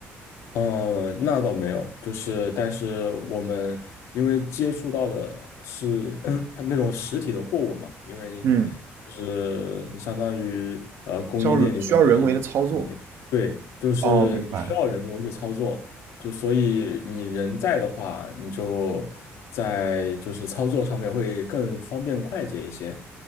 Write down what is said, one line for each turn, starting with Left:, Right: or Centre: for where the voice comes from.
Left: 嗯，那倒没有，就是但是我们因为接触到的是 <clears throat> 那种实体的货物嘛，因为
Right: 嗯，
Left: 就是你相当于呃供应链里面的一个环节，
Right: 需要需要人为的操作。
Left: 对，就是你需要人工去操作，
Right: 哦，明白。
Left: 就所以你人在的话，你就在就是操作上面会更方便快捷一些。